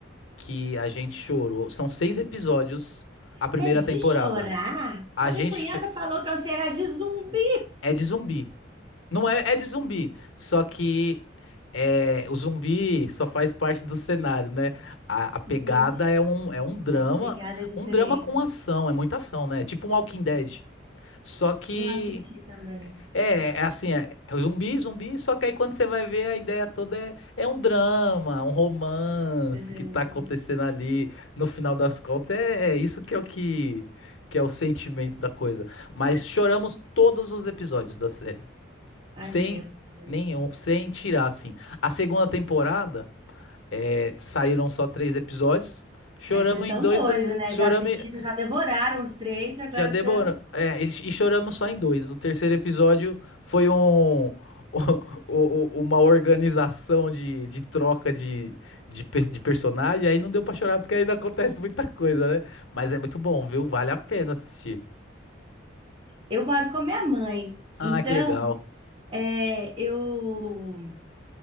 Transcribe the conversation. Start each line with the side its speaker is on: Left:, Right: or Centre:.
Left: que a gente chorou. São seis episódios a primeira
Right: É de
Left: temporada.
Right: chorar?
Left: A
Right: A minha
Left: gente
Right: cunhada
Left: cho-
Right: falou que é o Será de zumbi.
Left: é de zumbi. Não é, é de zumbi. Só que é, o zumbi só faz parte do cenário, né? A, a pegada
Right: Entendi.
Left: é um, é um drama.
Right: A pegada é diferente.
Left: Um drama com ação. É muita ação, né? Tipo um Walking Dead. Só que.
Right: Não assisti também.
Left: É, é assim, é é zumbi, zumbi, só que aí quando você vai ver a ideia toda é, é um drama, um romance
Right: Uhum.
Left: que tá acontecendo ali, no final das contas, é, é isso que é o que, que é o sentimento da coisa. Mas choramos todos os episódios da série.
Right: Ai,
Left: Sem
Right: meu Deus.
Left: nenhum, sem tirar, assim. A segunda temporada é, saíram só três episódios. Choramos
Right: Aí vocês estão
Left: em dois.
Right: doidos, né?
Left: Choramos.
Right: Já assistiram,
Left: em-
Right: já devoraram os três, agora
Left: Já demorou.
Right: estão.
Left: É, e, e choramos só em dois. O terceiro episódio foi um. <laughs> o- o- Uma organização de, de troca de, de, pe- de personagem, aí não deu pra chorar porque ainda acontece muita coisa, né? Mas é muito bom, viu? Vale a pena assistir.
Right: Eu moro com a minha mãe.
Left: Ah,
Right: Então,
Left: que legal.
Right: é, eu